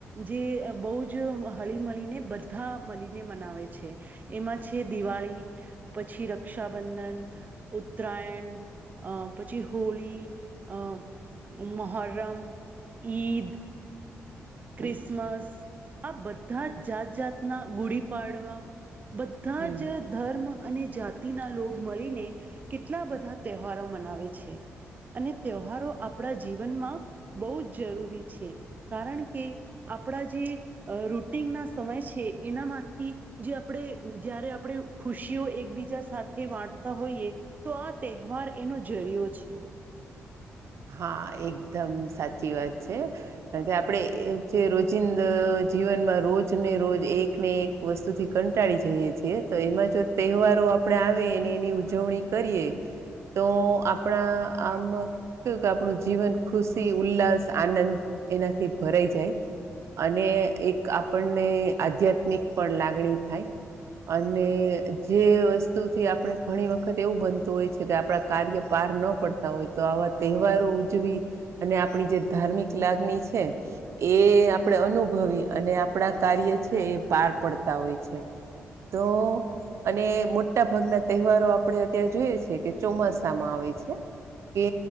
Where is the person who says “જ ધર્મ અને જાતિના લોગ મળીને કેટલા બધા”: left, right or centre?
Right